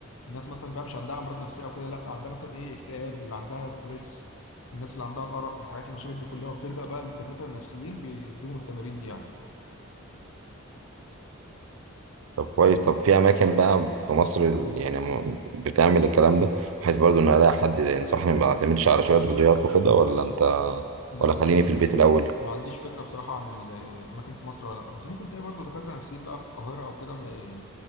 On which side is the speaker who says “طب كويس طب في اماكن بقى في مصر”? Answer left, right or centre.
Right